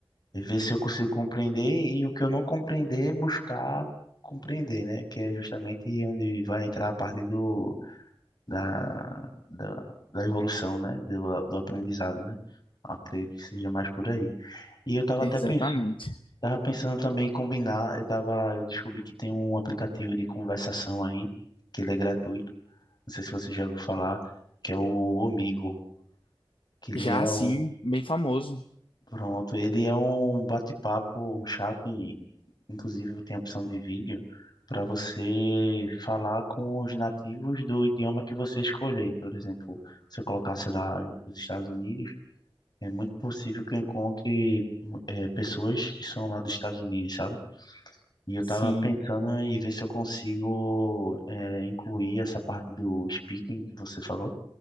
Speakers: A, on the left; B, on the left.
A: e ver se eu consigo compreender e o que eu não compreender, buscar compreender, né? Que é justamente onde vai entrar a parte do, da, da, da evolução, né? Do, do aprendizado, né? Eu acredito que seja mais por aí. E eu tava
B: Exatamente.
A: até pensando, tava pensando também em combinar, eu tava, eu descobri que tem um aplicativo de conversação aí, que ele é gratuito, não sei se você já ouviu falar, que é o Omigo, que ele
B: Já
A: é
B: assim,
A: um
B: bem famoso.
A: Pronto, ele é um bate-papo, um chat, e, inclusive tem a opção de vídeo para você falar com os nativos do idioma que você escolher. Por exemplo, se eu colocasse lá os Estados Unidos, é muito possível que eu encontre hum, eh, pessoas que são lá dos Estados Unidos, sabe? E eu
B: Sim,
A: estava pensando em ver se eu consigo eh, incluir essa parte do speaking que você falou